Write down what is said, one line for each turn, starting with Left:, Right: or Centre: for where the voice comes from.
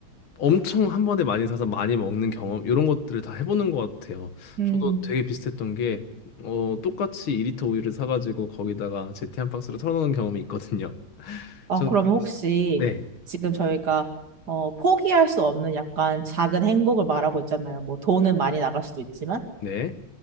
Left: 엄청 한 번에 많이 사서 많이 먹는 경험 이런 것들을 다 해보는 것 같아요.
Right: 음.
Left: 저도 되게 비슷했던 게 어, 똑같이 2리터 우유를 사가지고 거기다가 제티 한 박스를 털어놓은 경험이 있거든요.
Right: 아,
Left: 전
Right: 그러면 혹시
Left: 네.
Right: 지금 저희가 어, 포기할 수 없는 약간 작은 행복을 말하고 있잖아요. 뭐 돈은 많이 나갈 수도 있지만
Left: 네.